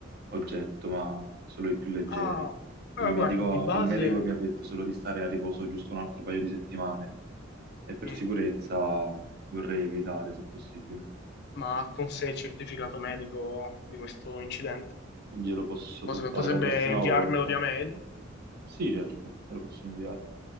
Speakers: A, on the right; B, on the left.
A: oggetto, ma solo i più leggeri.
B: Ah, allora
A: Il medico,
B: guardi, di base,
A: il medico mi ha detto solo di stare a riposo giusto un altro paio di settimane e per
B: mm,
A: sicurezza vorrei evitare, se possibile.
B: ma ha con sé il certificato medico di questo incidente?
A: Glielo posso
B: Potrebbe,
A: portare
B: potrebbe
A: la prossima
B: inviarmelo
A: volta?
B: via mail?
A: Sì, certo, me lo posso inviare.